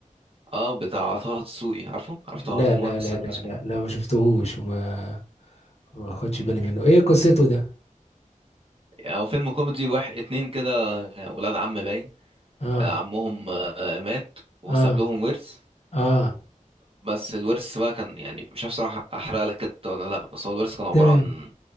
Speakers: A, on the right; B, on the left.
A: اه بتاع طه دسوقي عارفه عارف طه
B: لا
A: الممثل
B: لا لا لا
A: اسمه
B: لا لا ما شفتهوش وما ما خدش
A: مم.
B: بالي منه ايه قصته ده
A: يعني هو فيلم كوميدي واحد اتنين كده ولاد عم باين
B: اه
A: آه، عمهم آه، مات وساب
B: اه
A: لهم ورث
B: اه
A: بس الورث بقى كان يعني مش عارف صراحة احرق لك كده ولا لا بس هو الورث كان عبارة
B: تمام
A: عن